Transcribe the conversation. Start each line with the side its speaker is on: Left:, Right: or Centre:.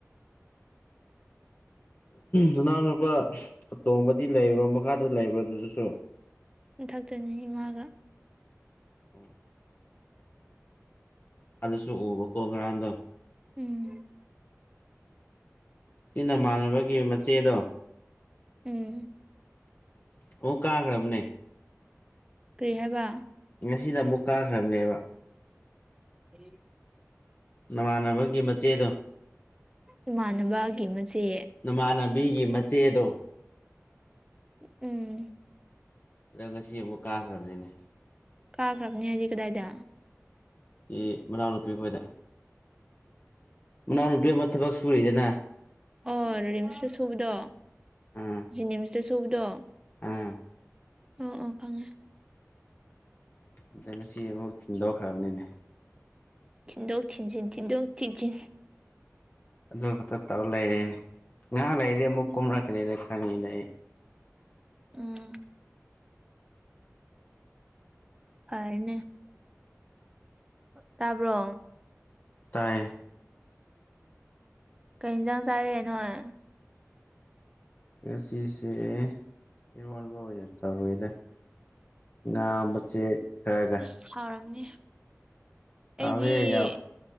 Left: ꯅꯅꯥꯎ ꯅꯨꯄꯥ ꯑꯇꯣꯝꯕꯗꯤ ꯂꯩꯕ꯭ꯔꯣ ꯃꯈꯥꯗ ꯂꯩꯕ꯭ꯔꯣ ꯑꯗꯨꯗꯁꯨ꯫
Right: ꯃꯊꯛꯇꯅꯤ ꯏꯃꯥꯒ꯫
Left: <unintelligible> ꯑꯗꯨꯁꯨ ꯑꯨꯕꯀꯣ ꯉꯔꯥꯡꯗꯣ꯫
Right: ꯎꯝ꯫
Left: ꯅꯣꯏꯅꯃꯥꯟꯅꯕꯒꯤ ꯃꯆꯦꯗꯣ꯫
Right: ꯎꯝ꯫
Left: ꯑꯣ ꯀꯥꯈ꯭ꯔꯕꯅꯦ꯫
Right: ꯀꯔꯤ ꯍꯥꯏꯕ꯫
Left: ꯉꯁꯤꯗ ꯑꯃꯨꯛ ꯀꯥꯈ꯭ꯔꯕꯅꯦꯕ꯫
Right: ꯎ <unintelligible>
Left: ꯅꯃꯥꯟꯅꯕꯒꯤ ꯃꯆꯦꯗꯣ꯫
Right: ꯏꯃꯥꯟꯅꯕꯒꯤ ꯃꯆꯦ꯫
Left: ꯅꯃꯥꯟꯅꯕꯤꯒꯤ ꯃꯆꯦꯗꯣ꯫
Right: ꯎꯝ꯫
Left: ꯑꯗꯣ ꯉꯁꯤ ꯑꯃꯨꯛ ꯀꯥꯈ꯭ꯔꯕꯅꯤꯅꯦ꯫
Right: ꯀꯥꯈ꯭ꯔꯝꯅꯦ ꯍꯥꯏꯗꯤ ꯀꯗꯥꯏꯗ꯫
Left: ꯏ ꯃꯅꯥꯎꯅꯨꯄꯤ ꯈꯣꯏꯗ꯫ ꯃꯅꯥꯎꯅꯨꯄꯤ ꯑꯃ ꯊꯕꯛ ꯁꯨꯔꯤꯗꯅ꯫
Right: ꯑꯣ ꯔꯤꯝꯁꯇ ꯁꯨꯕꯗꯣ
Left: ꯑꯥ
Right: ꯖꯦꯅꯤꯝꯁꯇ ꯁꯨꯕꯗꯣ꯫
Left: ꯑꯥ꯫
Right: ꯑꯣ ꯑꯣ ꯈꯪꯉꯦ꯫
Left: ꯑꯗ ꯉꯁꯤ ꯑꯃꯨꯛ ꯊꯤꯟꯗꯣꯛꯈ꯭ꯔꯕꯅꯤꯅꯦ꯫
Right: ꯊꯤꯟꯗꯣꯛ ꯊꯤꯟꯖꯤꯟ ꯊꯤꯟꯗꯣꯛ ꯊꯤꯟꯖꯤꯟ꯫
Left: ꯑꯗꯨ ꯈꯠꯇ ꯇꯧ ꯂꯩꯔꯅꯦ ꯉꯥꯏꯍꯥꯛ ꯂꯩꯔꯗꯤ ꯑꯃꯨꯛ ꯀꯨꯝꯔꯛꯀꯅꯤꯗ ꯈꯪꯉꯤꯗ ꯑꯩ꯫
Right: ꯎꯝ꯫ ꯐꯅꯦ ꯇꯥꯕ꯭ꯔꯣ꯫
Left: ꯇꯥꯏ꯫
Right: ꯀꯩ ꯌꯦꯟꯖꯥꯡ ꯆꯥꯔꯦ ꯅꯣꯏ
Left: ꯉꯁꯤꯁꯦ ꯏꯔꯣꯜꯕ ꯑꯣꯏꯅ ꯇꯧꯔꯦꯗ ꯉꯥ ꯃꯆꯦꯠ ꯈꯔꯒ
Right: ꯁꯥꯎꯔꯝꯅꯤ
Left: ꯍꯥꯎꯋꯦ
Right: ꯑꯩꯗꯤ
Left: ꯌꯥꯝ